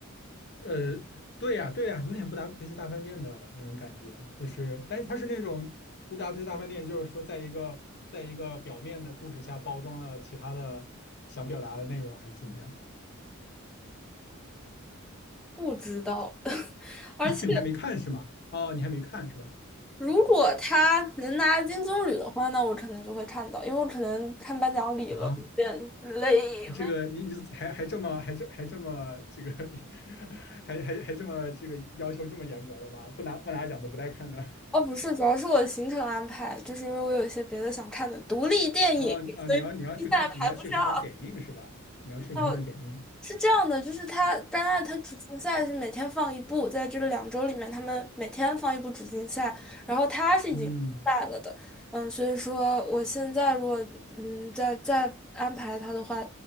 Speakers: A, on the left; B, in the centre.
A: 呃，对呀，对呀，有点布达佩斯大饭店的那种感觉，就是，但是它是那种布达佩斯大饭店，就是说在一个在一个表面的故事下包装了其他的想表达的内容，还是怎么样？
B: 不知道，<laughs> 而且
A: <laughs> 你还没看是吗？哦，你还没看是吧？
B: 如果他能拿金棕榈的话，那我可能就会看到，因为我可能看颁奖礼了，
A: 啊，
B: 有点累。
A: 这个你你还还这么还这还这么这个 <laughs> 还还还这么这个要求这么严格的吗？不拿不拿奖都不带看的。
B: 哦，不是，主要是我的行程安排，就是因为我有一些别的想看的独立电影，
A: 哦哦，
B: 所以接下来排不上。
A: 你要你要去看你要去看他的点映是吧？你要去看他的点映。
B: 哦，是这样的，就是它戛纳它主竞赛是每天放一部，在这个两周里面，他们每天放一部主竞赛，然后它是已经赛了的，
A: 嗯，
B: 嗯，所以说我现在如果嗯再再安排它的话，